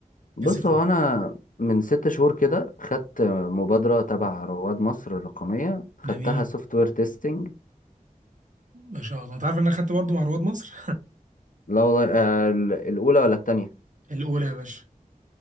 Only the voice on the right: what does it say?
كسيرفيس
جميل
ما شاء الله انت عارف ان انا خدت برضه مع رواد مصر
<laughs> الاولى يا باشا